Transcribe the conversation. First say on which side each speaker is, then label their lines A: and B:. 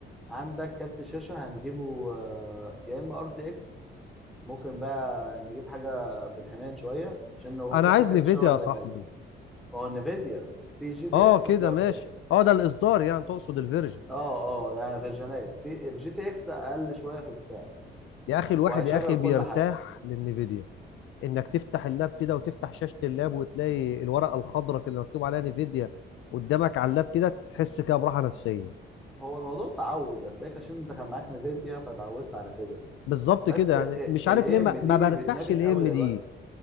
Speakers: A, in the centre; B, on the left (about 80°).
A: عندك كارت شاشه هنجيبه آه، يا اما ار تي اكس ممكن بقى نجيب حاجة في الحنين شوية عشان هو
B: انا
A: الفكرة
B: عايز
A: كانت
B: نفيديا
A: شو اللي
B: يا صاحبي
A: بيغلي ما هو انفيديا في جي تي
B: اه
A: اكس
B: كده
A: وفي ار
B: ماشي
A: تي اكس
B: اه ده الاصدار يعني تقصد الفيرجن
A: اه اه يعني فيرجنات في الجي تي اكس اقل شوية في السعر
B: يا اخي الواحد
A: وهيشغل
B: يا اخي
A: كل
B: بيرتاح
A: حاجة
B: للنفيديا انك تفتح اللاب كده وتفتح شاشة اللاب وتلاقي الورقة الخضراء كده اللي مكتوب عليها نيفيديا قدامك على اللاب كده تحس كده براحة نفسية
A: هو موضوع تعود هتلاقيك عشان انت كان معاك نفيديا فتعودت على كده
B: بالظبط
A: بس
B: كده يعني مش
A: الاي
B: عارف ليه ما,
A: ام دي
B: ما برتاحش
A: بتنافس
B: الاي
A: قوي
B: ام
A: دلوقتي
B: دي